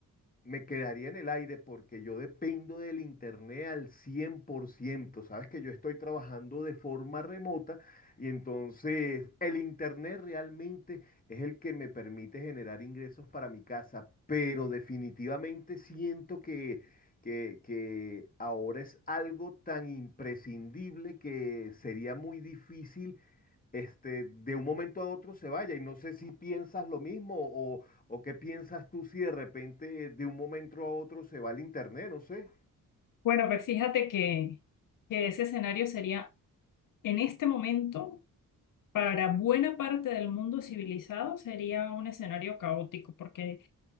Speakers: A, on the left; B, on the left.
A: me quedaría en el aire porque yo dependo del internet al 100%. Sabes que yo estoy trabajando de forma remota y entonces el internet realmente es el que me permite generar ingresos para mi casa, pero definitivamente siento que, que, que ahora es algo tan imprescindible que sería muy difícil este, de un momento a otro se vaya. Y no sé si piensas lo mismo o, o qué piensas tú si de repente de un momento a otro se va el internet, no sé.
B: Bueno, pues fíjate que, que ese escenario sería, en este momento, para buena parte del mundo civilizado, sería un escenario caótico, porque